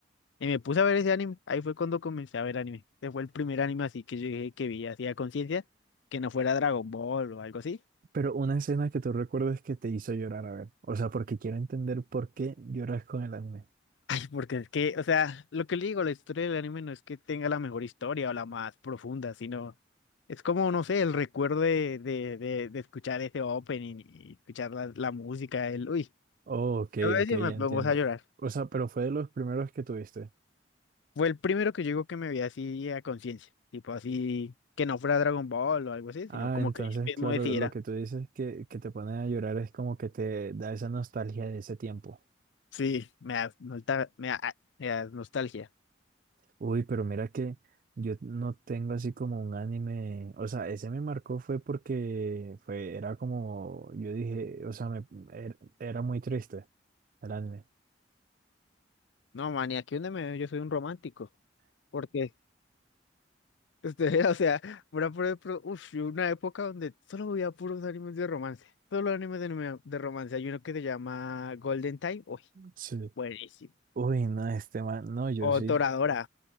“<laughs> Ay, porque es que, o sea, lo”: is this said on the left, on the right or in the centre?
Left